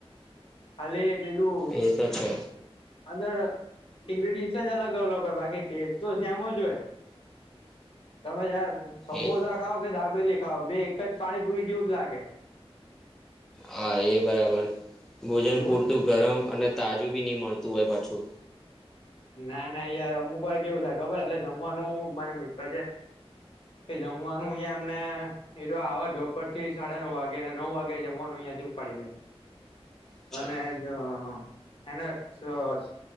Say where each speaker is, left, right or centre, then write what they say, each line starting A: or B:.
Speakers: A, on the left; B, in the centre.
A: ખાલી પેલું
B: એ તો છે
A: અંદર ઇંગ્રીડિયન જ અલગ એ અલગ હોય બાકી ટેસ્ટ તો સેમ જ હોય. તમે યાર સમોસા
B: એ
A: ખાવ કે દાબેલી ખાવ બે એક જ પાણીપુરી જેવું જ લાગે. <inaudible> <unintelligible>
B: હા એ બરાબર ભોજન
A: એવું
B: પૂરતું
A: જ
B: ગરમ અને તાજું ભી ની મળત તું એ પાછું
A: ના ના યાર અમુક વાર કેવું થાય ખબર એટલે જમવાનું મારે મિત્ર છે. એ જમવાનું અહીંયા અમને એરો આવે જોબ પરથી સાડા નવ વાગે ને નવ વાગે જમવાનું ઈયાથી ઉપાડી જાય.
B: અચ્છા
A: અને એનો એને સ સ